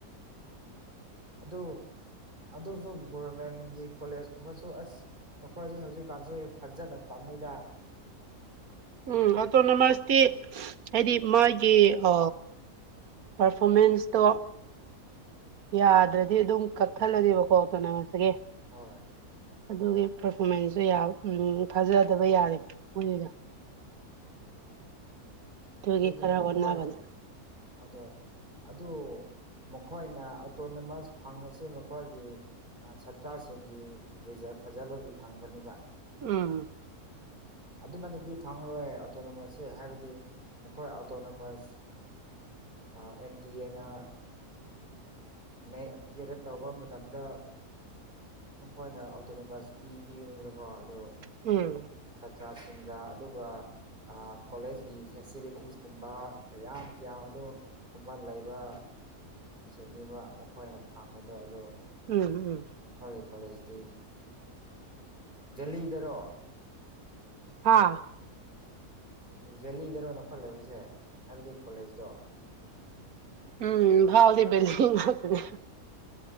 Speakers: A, on the right (about 30°); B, on the right (about 70°).
A: ꯑꯗꯨ ꯑꯗꯨꯁꯨ ꯒꯣꯔꯃꯦꯟꯗꯒꯤ ꯀꯣꯂꯦꯖ ꯀꯨꯝꯕꯁꯨ ꯑꯁ ꯃꯈꯣꯏꯁꯤ ꯍꯧꯖꯤꯛꯀꯥꯟꯁꯤꯦ ꯐꯖꯅ ꯇꯝꯃꯤꯗ
B: ꯎꯝ ꯑꯣꯇꯣꯅꯣꯃꯁꯇꯤ ꯍꯥꯏꯗꯤ ꯃꯥꯒꯤ ꯑ ꯄꯔꯐꯣꯔꯃꯦꯟꯁꯇꯣ ꯌꯥꯗ꯭ꯔꯗꯤ ꯑꯗꯨꯝ ꯀꯛꯊꯠꯂꯅꯦꯕꯀꯣ ꯑꯣꯇꯣꯅꯣꯃꯁꯇꯒꯤ
A: ꯍꯣꯏ
B: ꯑꯗꯨꯒꯤ ꯄꯔꯐꯣꯔꯃꯦꯟꯁꯁꯨ ꯊꯥꯖꯗꯕ ꯌꯥꯔꯦꯕ ꯃꯣꯏꯒꯤꯗꯣ ꯑꯗꯨꯒꯤ
A: ꯑꯗꯨꯅꯦ
B: ꯈꯔ
A: ꯃꯈꯣꯏ
B: ꯍꯣꯠꯅꯕꯅꯦ
A: ꯑꯗꯣ ꯑꯗꯨ ꯃꯈꯣꯏꯅ ꯑꯣꯇꯣꯅꯣꯃꯁ ꯐꯪꯕꯁꯦ ꯃꯈꯣꯏꯒꯤ ꯁꯥꯇ꯭ꯔꯁꯤꯡꯒꯤ ꯔꯤꯖꯜ ꯐꯖꯕꯒꯤ ꯐꯪꯕꯅꯦꯕ
B: ꯎꯝ
A: ꯑꯗꯨ ꯅꯠꯇꯗꯤ ꯐꯪꯉꯔꯣꯏ ꯑꯣꯇꯣꯅꯣꯃꯁꯁꯦ ꯍꯥꯏꯕꯗꯤ ꯃꯈꯣꯏ ꯑꯣꯇꯣꯅꯣꯃꯁ ꯑ ꯑꯦꯟ ꯇꯤ ꯑꯦꯅ ꯅ ꯀ꯭ꯔꯤꯀꯦꯠꯇ ꯇꯧꯕ ꯃꯇꯝꯗ ꯃꯈꯣꯏꯅ ꯑꯣꯇꯣꯅꯣꯃꯁ ꯄꯤꯕꯤꯒꯅꯤꯕꯀꯣ ꯑꯗꯣ
B: ꯎꯝ
A: ꯁꯥꯇ꯭ꯔꯁꯤꯡꯒ ꯑꯗꯨꯒ ꯑꯥ ꯀꯣꯂꯦꯖꯀꯤ ꯐꯦꯁꯤꯂꯤꯇꯤꯁ ꯀꯨꯝꯕ ꯀꯌꯥꯝ ꯌꯥꯝ ꯑꯗꯣ ꯀꯨꯝꯕꯥꯜ ꯂꯩꯕ ꯁꯦꯝꯃꯤꯕ ꯃꯈꯣꯏꯅ ꯐꯪꯕꯗꯣ ꯑꯗꯨ
B: ꯎꯝ ꯎꯝ
A: ꯅꯈꯣꯏꯒꯤ ꯀꯣꯂꯦꯖꯇꯤ ꯂꯤꯗꯔꯣ
B: ꯍꯥꯥ
A: ꯖꯦꯂꯤꯗꯔꯣ ꯅꯈꯣꯠꯂꯕꯁꯦ ꯍꯥꯏꯕꯗꯤ ꯀꯣꯂꯦꯖꯇꯣ
B: ꯎꯝ ꯏꯝꯐꯥꯜꯗꯤ ꯕꯦꯆꯤꯡꯍꯨꯠꯅꯦ